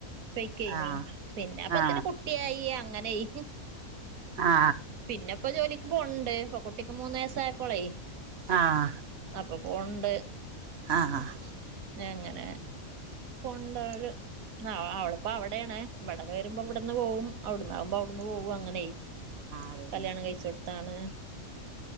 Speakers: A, on the right; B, on the right.
A: പൊയ്കേനു
B: ആ
A: പിന്നെ അപ്പോത്തിന്
B: ആ
A: കു ട്ടിയായി അങ്ങനെയായി
B: ആ
A: പിന്നെ ഇപ്പൊ ജോലിക്ക് പോണ്ട് ഇപ്പൊ കുട്ടിക്ക് മൂന്ന് വയസ്സായപ്പോളെ
B: ആഹ്
A: അപ്പൊ പോവ്ണ്ട്
B: ആഹ് ആഹ്
A: എങ്ങനെ പോണ്ടാല് ആ അവളിപ്പോ അവിടെയാണ് ഇവിടെ വരുമ്പോ ഇവിടന്ന് പോവും അവിടന്നാവുമ്പോ അവിടുന്ന് പോവും അങ്ങനെ
B: അതന്നെ
A: കല്യാണം കഴിച്ച് ടുത്താണ്